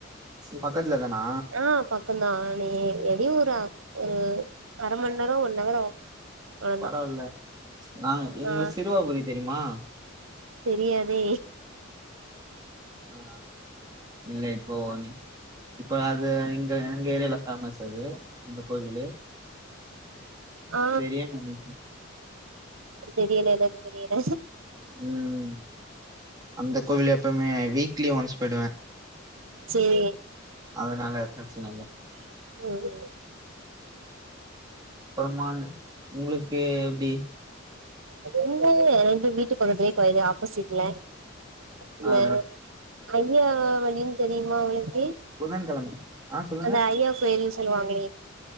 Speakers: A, on the right (about 20°); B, on the right (about 80°).
A: பக்கத்துல தானா
B: ஆ பக்கம்தான் நீ எப்டி ஒரு ஒரு அர மண் நேரோ ஒன் ஹவர் ஆவு அவ்ளோதா
A: பரவால நா
B: ஆ
A: எங்க சிறுவாபுரி தெரியுமா
B: தெரியாதே
A: ஆ இல்ல இப்போ நீ இப்ப அது இங்க எங்க ஏரியால ஃபேமஸ் அது இந்த கோவிலு
B: ஆ
A: பெரிய நன்னிசன்
B: தெரியல எனக்கு தெரியல
A: உம் அந்த கோவில்ல எப்பமே வீக்லி ஒன்ஸ் போயிடுவேன்
B: சேர்
A: அதனால பிரச்சன இல்ல
B: ம்
A: அப்புறமா உங்ளுக்கு எப்டி
B: இங்க எங்க வீட்டு பக்கத்துலே கோயிலு ஆப்போசிட்ல இல்ல
A: ஆ
B: ஐயா வழினு தெரியுமா ஒங்ளுக்கு
A: புதன்கெழம ஆ சொல்லுங்க
B: அந்த ஐயா கோயில்ன்னு சொல்லுவாங்ளே